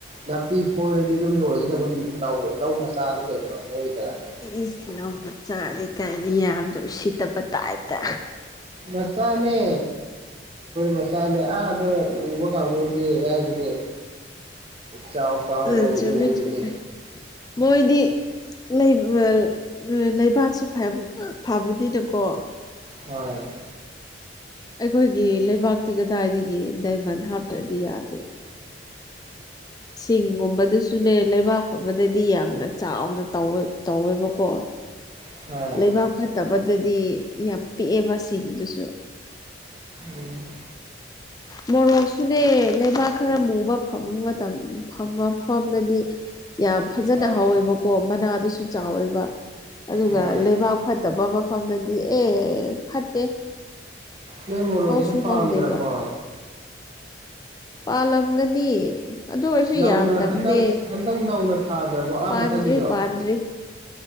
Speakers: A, on the right; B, on the left.
A: ꯅꯥꯄꯤ ꯐꯣꯏꯔꯗꯤ ꯑꯗꯨꯝ ꯂꯣꯏꯒꯗꯕ ꯂꯧ ꯂꯧ ꯃꯆꯥꯅꯤ ꯀꯩꯅꯣ ꯅꯣꯏꯒꯤ ꯖꯒꯥꯗꯤ
B: ꯏꯁ ꯂꯧ ꯃꯆꯥꯅꯤ ꯀꯥꯏꯅ ꯌꯥꯝꯅ ꯎꯁꯤꯠꯇꯕ ꯇꯥꯏꯞꯇ
A: ꯃꯆꯥꯅꯦ ꯃꯆꯥꯅꯦ ꯑꯥꯗ ꯎꯕ ꯀꯥꯡꯕꯨꯗꯤ ꯔꯥꯏꯗꯨꯗꯤ ꯆꯥꯎ ꯆꯥꯎ
B: ꯎꯝ
A: ꯑꯣꯏ
B: ꯆꯨꯝꯃꯦ
A: ꯎꯕꯗꯨꯗꯤ
B: ꯆꯨꯝꯃꯦ ꯃꯣꯏꯗꯤ ꯂꯩ ꯑꯥ ꯂꯩꯕꯥꯛꯁꯨ ꯐꯕ ꯐꯕꯅꯤꯅꯀꯣ
A: ꯍꯣꯏ
B: ꯑꯩꯈꯣꯏꯒꯤ ꯂꯩꯕꯥꯛꯇꯤ ꯀꯗꯥꯏꯗꯒꯤ ꯗꯥꯏꯃꯟ ꯍꯥꯞꯇ꯭ꯔꯗꯤ ꯌꯥꯗꯦ ꯁꯤꯡꯒꯨꯝꯕꯗꯨꯁꯨꯅꯦ ꯂꯩꯕꯥꯛ ꯐꯕꯗꯗꯤ ꯌꯥꯝꯅ ꯆꯥꯎꯅ ꯇꯧꯑꯦ ꯇꯧꯋꯦꯕꯀꯣ
A: ꯍꯣꯏ
B: ꯂꯩꯕꯥꯛ ꯐꯠ ꯇꯕꯗꯗꯤ ꯌꯥꯝ ꯄꯤꯛꯑꯦꯕ ꯁꯤꯡꯗꯨꯁꯨ꯫
A: ꯎꯝ
B: ꯃꯣꯔꯣꯛꯁꯨꯅꯦ ꯂꯩꯕꯥꯛ ꯈꯔ ꯃꯨꯕ ꯐꯕ ꯃꯇꯝ ꯐꯝꯕꯝ ꯐꯝꯗꯗꯤ ꯌꯥꯝ ꯐꯖꯅꯥ
A: ꯍꯣꯏ
B: ꯍꯧꯋꯦꯕꯀꯣ ꯃꯅꯥꯗꯨꯁꯨ ꯆꯥꯎꯋꯦꯕ꯫ ꯑꯗꯨꯒ
A: ꯍꯣꯏ
B: ꯂꯩꯕꯥꯛ ꯐꯠꯇꯕ ꯃꯐꯝꯗꯗꯤ ꯑꯦ ꯐꯠꯇꯦ꯫
A: ꯅꯣꯏ ꯃꯣꯔꯣꯛꯁꯨ
B: ꯍꯧꯁꯨ
A: ꯄꯥꯟꯗ꯭ꯔꯥꯕꯣ?
B: ꯍꯧꯗꯦꯕ ꯄꯥꯜꯂꯝꯒꯅꯤ ꯑꯗꯨ ꯑꯣꯏꯔꯁꯨ
A: ꯅꯧꯅ
B: ꯌꯥꯝꯗꯝꯅꯦ꯫
A: ꯍꯟꯗꯛ ꯍꯟꯗꯛ ꯅꯧꯅ ꯊꯥꯗ꯭ꯔꯕꯣ? ꯑꯥ
B: ꯄꯥꯟꯗ꯭ꯔꯤ
A: ꯃꯊꯛꯀꯤꯗꯣ
B: ꯄꯥꯟꯗ꯭ꯔꯤ